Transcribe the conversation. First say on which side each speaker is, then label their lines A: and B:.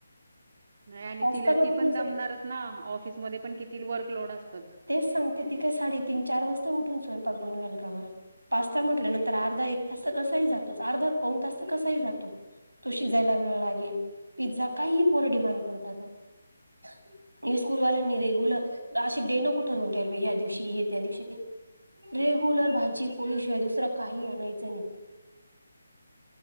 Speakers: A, on the right; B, on the right.
A: नाही आणि
B: पास्ता
A: तिला
B: बनवण्यासाठी
A: ती पण दमणारच ना ऑफिसमध्ये पण किती वर्कलोड असतात. <unintelligible>
B: तेच सांगते ती काय साडे तीन चार वाजता उठून स्वयंपाक बनवेल का बरं. <unintelligible> पास्ता म्हटल्यानंतर अर्धा एक तास तर कसाही जातो अर्धा पाऊन तास तर कसाही जातो. <unintelligible> तो शिजायला वेळ लागेल पिझ्झा काही पोर डिमांड कर <unintelligible> हे स्कूल वाल्यांनी रेग्युलर अशे डे नको ठरवून ठेवा <unintelligible> या दिवशी हे त्या दिवशी ते रेग्युलर भाजी पोळीशिवाय दुसरं काही आणायचं नाही